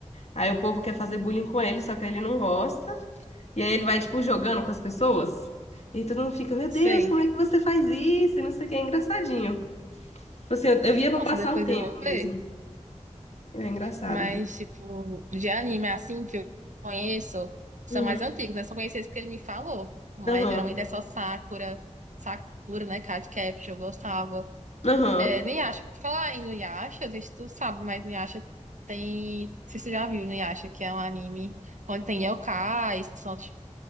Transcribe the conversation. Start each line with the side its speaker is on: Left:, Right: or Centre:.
Left: aí o povo quer fazer bullying com ele, só que aí ele não gosta, E aí ele vai, tipo, jogando com as pessoas. E aí todo mundo fica, meu
Right: Sei.
Left: Deus, como é que você faz isso? E não sei o que, é engraçadinho. Tipo assim, eu, eu ia pra
Right: Nossa,
Left: passar
Right: depois
Left: o tempo
Right: eu vou
Left: mesmo.
Right: ver.
Left: É engraçado.
Right: Mas, tipo, de anime assim que eu conheço, são
Left: Uhum.
Right: mais antigos, né? Só conheci esse que ele me falou. Mas
Left: Aham.
Right: geralmente é só Sakura, Sakura, né? Card Capture, eu gostava.
Left: Aham.
Right: É, Inuyasha, falar em Inuyasha, não sei se tu sabe, mas Inuyasha tem. Não sei se tu já viu Inuyasha, que é um anime onde tem yokais, que são tipo,